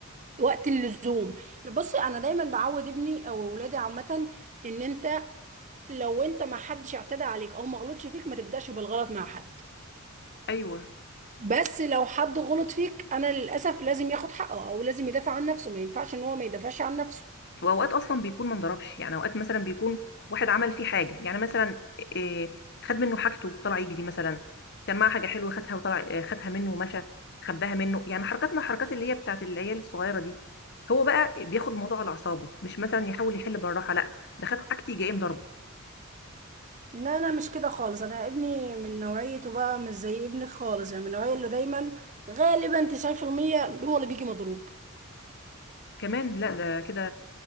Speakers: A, on the right; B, on the left.
A: وقت اللزوم بصي انا دايما بعود ابني او ولادي عامة ان انت لو انت ما حدش اعتدى عليك او ما غلطش فيك ما تبدأش بالغلط مع حد
B: ايوه
A: بس لو حد غلط فيك انا للاسف لازم ياخد حقه او لازم يدافع عن نفسه ما ينفعش ان هو ما يدافعش عن نفسه
B: واوقات اصلا بيكون ما انضربش يعني اوقات مثلا بيكون واحد عمل فيه حاجه يعني مثلا إيه، خد منه حاجته وطلع يجري مثلا كان معاه حاجه حلوه خدها وطلع آه، خدها منه ومشى خباها منه يعني حركات من الحركات اللي هي بتاعت العيال الصغيره دي هو بقى بياخد الموضوع على اعصابه مش مثلا يحاول يحل بالراحه لا ده خد حاجتي جاي مضربه
A: لا انا مش كده خالص انا ابني من نوعيته بقى مش زي ابنك خالص يعني من النوعيه اللي دايما غالبا 90% هو اللي بيجي مضروب
B: كمان لا ده كده